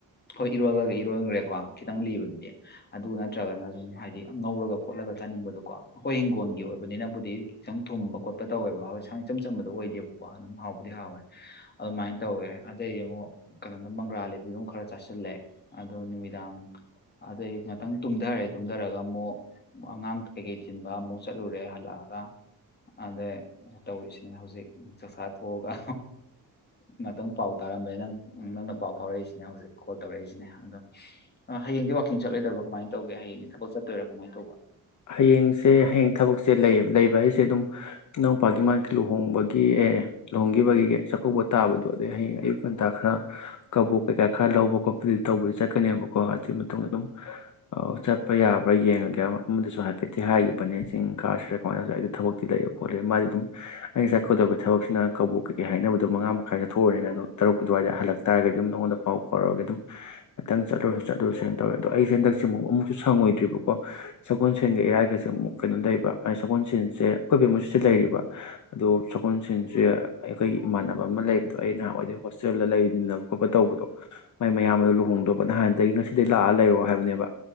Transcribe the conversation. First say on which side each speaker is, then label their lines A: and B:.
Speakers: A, on the left; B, on the left.
A: ꯍꯣꯏ ꯏꯔꯣꯜꯂꯒ ꯏꯔꯣꯟꯈ꯭ꯔꯦꯀꯣ ꯈꯤꯇꯪ ꯂꯤꯕꯗꯨꯗꯤ ꯑꯗꯨ ꯅꯠꯇ꯭ꯔꯒꯅ ꯁꯨꯝ ꯍꯥꯏꯗꯤ ꯉꯧꯔꯒ ꯈꯣꯠꯂꯒ ꯆꯥꯅꯤꯡꯕꯗꯨꯀꯣ ꯍꯣꯏ ꯍꯤꯡꯒꯣꯜꯒꯤ ꯑꯣꯏꯕꯅꯤꯅꯕꯨꯗꯤ ꯈꯤꯇꯪ ꯊꯨꯝꯕ ꯈꯣꯠꯄ ꯇꯧꯋꯦꯕ ꯍꯧꯑꯋꯤꯁꯥꯡ ꯏꯆꯝ ꯆꯝꯕꯗꯣ ꯑꯣꯏꯗꯦꯕꯀꯣ ꯑꯗꯨꯝ ꯍꯥꯎꯕꯨꯗꯤ ꯍꯥꯎꯋꯦ ꯑꯗꯨꯃꯥꯏꯅ ꯇꯧꯋꯦ ꯑꯗꯩꯗꯤ ꯑꯃꯨꯛ ꯀꯩꯅꯣꯗ ꯃꯪꯒ꯭ꯔꯥ ꯂꯩꯕꯗꯨ ꯑꯃꯣꯛ ꯈꯔ ꯆꯥꯁꯤꯜꯂꯑꯦ ꯑꯗꯣ ꯅꯨꯃꯤꯗꯥꯡ ꯑꯗꯩ ꯉꯥꯛꯇꯪ ꯇꯨꯝꯗꯔꯦ ꯇꯨꯝꯗꯔꯒ ꯑꯃꯨꯛ ꯑꯉꯥꯡ ꯀꯩꯀꯩ ꯊꯤꯟꯕ ꯑꯃꯨꯛ ꯆꯠꯂꯨꯔꯦ ꯍꯜꯂꯛꯑꯒ ꯑꯗꯩ ꯇꯧꯔꯤꯁꯤꯅꯦ ꯍꯧꯖꯤꯛ ꯆꯥꯛꯆꯥꯥ ꯊꯣꯛꯑꯒ ꯉꯥꯛꯇꯪ ꯄꯥꯎ ꯇꯥꯔꯝꯃꯦ ꯅꯪ ꯅꯪꯅ ꯄꯥꯎ ꯐꯥꯎꯔꯛꯏꯁꯤꯅꯦ ꯍꯧꯖꯤꯛ ꯀꯣꯜ ꯇꯧꯔꯛꯏꯁꯤꯅꯦ ꯑꯗꯣ ꯑ ꯍꯌꯦꯡꯗꯤ ꯋꯥꯛ ꯆꯠꯂꯣꯏꯗꯕꯣ ꯀꯃꯥꯏꯅ ꯇꯧꯒꯦ ꯍꯌꯦꯡ ꯊꯥꯕꯛ ꯆꯠꯇꯣꯏꯔꯥ ꯀꯃꯥꯏ ꯇꯧꯕ
B: ꯍꯌꯦꯡꯁꯦ ꯍꯌꯦꯡ ꯊꯕꯛꯁꯦ ꯂꯩꯌꯦꯕ ꯂꯩꯕ ꯍꯥꯏꯁꯦ ꯑꯗꯨꯝ ꯏꯅꯥꯎꯄꯥꯒꯤ ꯃꯥꯒꯤ ꯂꯨꯍꯣꯡꯕꯒꯤ ꯑꯦ ꯑꯦ ꯂꯣꯍꯣꯡꯒꯤꯕꯒꯤ ꯆꯥꯛꯀꯧꯕ ꯇꯥꯕꯗꯣ ꯑꯗꯨꯏ ꯍꯌꯦꯡ ꯑꯌꯨꯛ ꯉꯟꯇꯥ ꯈꯔ ꯀꯕꯣꯛ ꯀꯩꯀꯥ ꯈꯔ ꯂꯧꯕ ꯈꯣꯠꯄꯗꯨ ꯇꯧꯕꯗꯤ ꯆꯠꯀꯅꯦꯕꯀꯣ ꯑꯗꯨꯒꯤ ꯃꯇꯨꯡꯗ ꯑꯗꯨꯝ ꯆꯠꯄ ꯌꯥꯕ꯭ꯔꯥ ꯌꯦꯡꯉꯒꯦ ꯑꯃ ꯑꯃꯗꯁꯨ ꯍꯥꯏꯐꯦꯠꯇꯤ ꯍꯥꯏꯈꯤꯕꯅꯦ ꯆꯤꯡ ꯀꯥꯁꯤꯔꯥ ꯀꯃꯥꯏꯅꯁꯨ ꯑꯩꯗꯣ ꯊꯕꯛꯇꯤ ꯂꯩ ꯈꯣꯠꯂꯦ ꯃꯥꯗꯤ ꯑꯗꯨꯝ ꯑꯩꯅ ꯉꯥꯁꯥꯏ ꯀꯣꯗꯕꯩ ꯊꯕꯛꯁꯤꯅ ꯀꯕꯣꯛ ꯀꯩꯀꯩ ꯍꯥꯏꯅꯕꯗꯣ ꯃꯉꯥ ꯃꯈꯥꯏꯗ ꯊꯣꯛꯎꯔꯅꯤꯅ ꯑꯗꯣ ꯇꯔꯨꯛ ꯑꯗꯨꯋꯥꯏꯗ ꯍꯜꯂꯛ ꯇꯥꯔꯗꯤ ꯑꯗꯨꯝ ꯅꯉꯣꯟꯗ ꯄꯥꯎ ꯐꯥꯎꯔꯛꯑꯒ ꯑꯗꯨꯝ ꯈꯤꯇꯪ ꯆꯠꯂꯨꯔꯁꯨ ꯆꯠꯂꯨꯔꯁꯨꯦꯅ ꯇꯧꯋꯦ ꯑꯗꯣ ꯑꯩꯁꯦ ꯍꯟꯗꯛꯁꯦꯨꯛ ꯑꯃꯨꯛꯁꯨ ꯁꯪꯉꯣꯏꯗ꯭ꯔꯤꯕꯀꯣ ꯁꯒꯣꯜꯁꯦꯟꯒ ꯏꯔꯥꯏꯒꯁꯦ ꯑꯃꯨꯛ ꯀꯩꯅꯣ ꯂꯩꯕ ꯑ ꯁꯒꯣꯜꯁꯦꯟꯁꯦ ꯑꯩꯈꯣꯏꯕ ꯕꯦꯝꯃꯁꯤꯁꯨ ꯂꯩꯔꯤꯕ ꯑꯗꯣ ꯁꯒꯣꯜꯁꯦꯟꯁꯦ ꯑꯩꯈꯣꯏꯒꯤ ꯏꯃꯥꯟꯅꯕ ꯑꯃ ꯂꯩꯕꯗꯣ ꯑꯩ ꯅꯍꯥꯟꯋꯥꯗꯤ ꯍꯣꯁꯇꯦꯜꯗ ꯂꯩꯕꯅꯤꯟꯅꯕ ꯈꯣꯠꯄ ꯇꯧꯕꯗꯣ ꯃꯥꯏ ꯃꯌꯥꯝꯗꯤ ꯂꯨꯍꯣꯡꯗꯕ ꯅꯍꯥꯟꯗꯒꯤ ꯉꯁꯤꯗꯩꯩ ꯂꯥꯛꯑ ꯂꯩꯔꯣ ꯍꯥꯏꯕꯅꯦꯕ